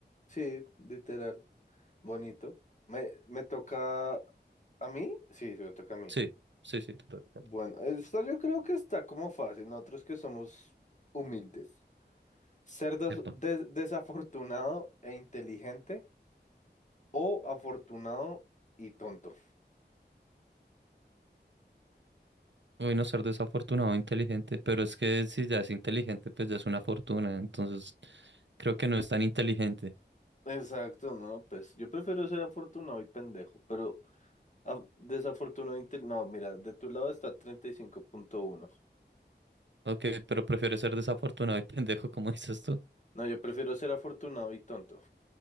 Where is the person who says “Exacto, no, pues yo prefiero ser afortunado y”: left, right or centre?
Left